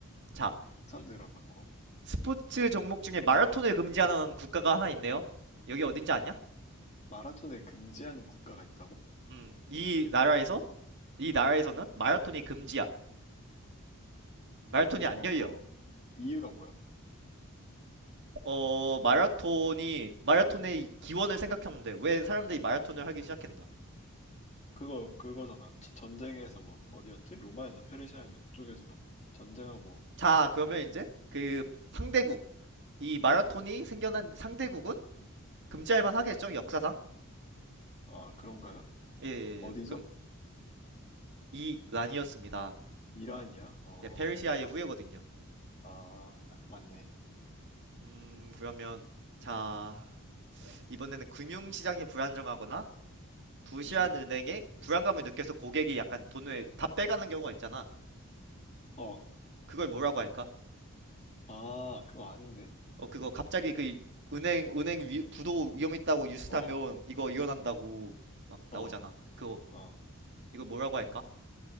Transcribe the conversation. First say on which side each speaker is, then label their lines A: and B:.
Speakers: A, on the right; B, on the left.
A: 자,
B: 처음 들어봤고.
A: 스포츠 종목 중에 마라톤을 금지하는 국가가 하나 있네요. 여기 어딘지 아냐?
B: 마라톤을 금지하는 국가가 있다고?
A: 음, 이 나라에서 이 나라에서는 마라톤이 금지야. 마라톤이
B: 응.
A: 안
B: 어,
A: 열려.
B: 이유가 뭐야?
A: 어, 마라톤이 마라톤의 기원을 생각하면 돼. 왜 사람들이 마라톤을 하기 시작했나?
B: 그거, 그거잖아. 저- 전쟁에서 뭐, 어디였지? 로마였나, 페르시아였나, 그쪽에서 막 전쟁하고,
A: 자, 그러면 이제 그 상대국 이 마라톤이 생겨난 상대국은 금지할 만하겠죠? 역사상?
B: 아, 그런가요?
A: 예, 예,
B: 어디죠?
A: 예. 그럼 이 란이었습니다.
B: 이란이야? 어,
A: 예, 페르시아의 후예거든요.
B: 아, 맞네.
A: 음, 그러면 자, 이번에는 금융시장이 불안정하거나 부실한
B: 음,
A: 은행에 불안감을 느껴서 고객이 약간 돈을 다 빼가는 경우가 있잖아.
B: 어,
A: 그걸 뭐라고 할까?
B: 아, 그거 아는데?
A: 어, 그거 갑자기 그 은행, 은행 위, 부도 위험 있다고 뉴스타면
B: 어,
A: 이거 이혼한다고 막 나오잖아.
B: 어,
A: 그거,
B: 어.
A: 이거 뭐라고 할까?